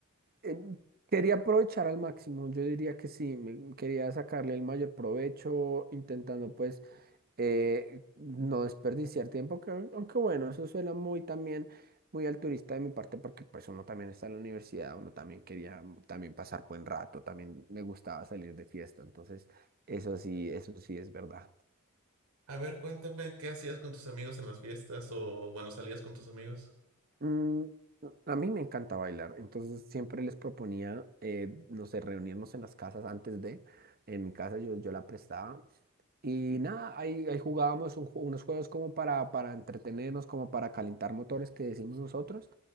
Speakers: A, on the right; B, on the right.
A: Eh, Quería aprovechar al máximo, yo diría que sí, me- quería sacarle el mayor provecho, intentando pues eh, no desperdiciar tiempo, que, aunque bueno, eso suena muy también, muy altruista de mi parte, porque pues uno también está en la universidad, uno también quería mm, también pasar buen rato, también me gustaba salir de fiesta, entonces eso sí, eso sí es verdad.
B: A ver, cuéntame, ¿qué hacías con tus amigos en las fiestas o bueno, salías con tus amigos?
A: Mm, a mí me encanta bailar, entonces siempre les proponía, eh, no sé, reunirnos en las casas antes de, en mi casa yo, yo la prestaba. Y nada, ahí, ahí jugábamos un ju- unos juegos como para, para entretenernos, como para calentar motores que decimos nosotros.